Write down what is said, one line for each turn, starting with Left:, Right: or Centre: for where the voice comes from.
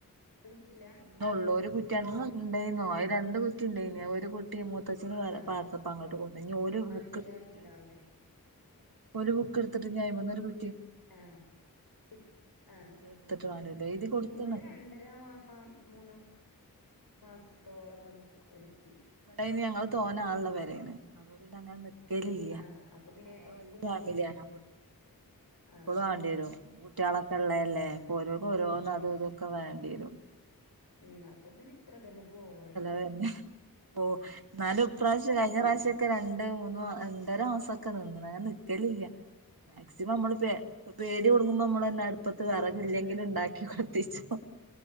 Left: കുറ്റില്ല
Right: ഒന്നേള്ളൂ ഒരു കുറ്റി <unintelligible> ഉണ്ടേയ്നു അയ്രണ്ട് കുറ്റി ഉണ്ടേയ്നു ഒരു കു റ്റി മൂത്തച്ചീടെ <unintelligible>
Left: ആഹ്
Right: ങ്ങോട്ട് കൊണ്ടോയീന് ഇഞ്ഞ് ഓല്
Left: അഡ്ജസ്റ്റ്
Right: ബുക്ക്‌ട്ത്ത്ട്ട്
Left: ആക്കിട്ടുണ്ടാവൂലേ
Right: ഓല് ബുക്ക്ട്ത്തിട്ട് അയ്മ്മന്നൊരു കു
Left: ആഹ്ആഹ്ആഹ്
Right: പുതിയ എടുത്തിട്ട് വേണ്ടല്ലോ എഴുതി കൊടുത്ത്ണ്
Left: ഇവടെ രണ്ടര മാസം മൂന്ന് മാസത്തോളൊക്കെ നിക്കും ഒരു കുറ്റി
Right: ഇവടെയ്ല്ഞ്ഞ് ഞങ്ങള് തോന്നെ ആളുള്ള
Left: ഉം
Right: പെരാണ് അപ്പോപിന്നെ അങ്ങനെ നിക്ക് ലില്ല.
Left: ആഹ് അപ്പൊ പിന്നെ
Right: ഞങ്ങള്
Left: എപ്പം
Right: വല്യയ
Left: കാത്തിണ്ടേരൂല്ലേ
Right: ഫാമിലിയാണ് അപ്പ
Left: ആഹ്
Right: എപ്പളും വാണ്ടിയെരും
Left: ആഹ്
Right: കുട്ടിയാളൊക്കെ ഇള്ളല്ലേ
Left: അതാണ്
Right: അപ്പോ ഓരോന്ന് ഓരോന്ന്
Left: ഉം
Right: അതും ഇതൊക്കെ
Left: ഉം
Right: വേണ്ടിയെരും.
Left: ഉം അപ്പൊ പിന്നെ അത്ര തന്നെ പോവൊള്ളൂ.
Right: <unintelligible> ഇന്നാലും ഇപാവശ്യം കഴിഞ്ഞ പ്രാവശ്യ ഒക്കെ രണ്ട് മൂന്നു രണ്ടര മാസൊക്കെ നിന്ന്ണ് അങ്ങനെ നിക്കലില്ല മാക്സിമം നമ്മളിപ്പെ ഇപ്പൊ പേടി കൊടുങ്ങുമ്പോ നമ്മളന്നെ അടുപ്പത്ത് വിറകില്ലെങ്കിലും ഉണ്ടാക്കി കൊളത്തിച്ചോ